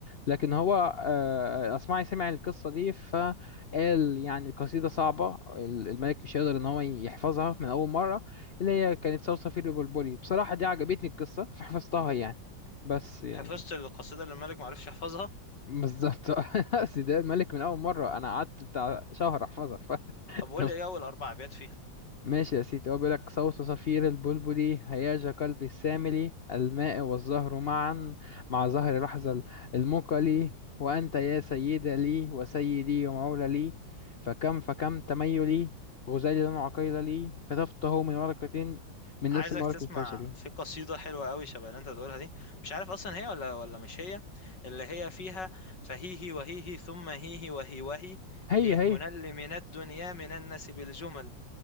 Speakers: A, on the left; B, on the left.
A: لكن هو آه، اصمعي سمع القصه دي فقال يعني القصيده صعبه ال- الملك مش هيقدر ان هو يحفظها من اول مره اللي هي كانت صرصفير وبلبلي بصراحه دي عجبتني القصه فحفظتها يعني بس يعني
B: حفظت القصيدة اللي الملك ما عرفش يحفظها
A: بالظبط <laughs> أصل ده الملك من اول مره انا قعدت بتاع شهر احفظها ف <laughs>
B: طب قول لي إيه أول أربع أبيات فيها
A: ماشي يا سيدي هو بيقولك صوت صفير البلبل هياج قلبي السامل الماء والزهر معا مع زهر لحظة المقل وأنت يا سيد لي وسيدي ومولى لي فكم فكم تميلي غزالي لن عقيل لي كتفته من ورقة من
B: عايزك
A: نسم ورق
B: تسمع
A: الفشل
B: في قصيدة حلوة قوي شبه اللي انت بتقولها دي مش عارف اصلا هي ولا ولا مش هي اللي هي فيها فهيهي وهيهي ثم هيهي وهي وهي
A: هي
B: هي
A: هي
B: منل من الدنيا من الناس بالجمل